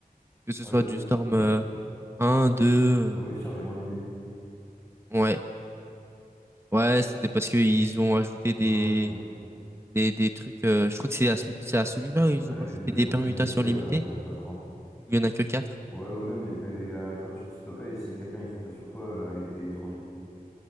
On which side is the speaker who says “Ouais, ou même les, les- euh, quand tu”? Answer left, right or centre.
Centre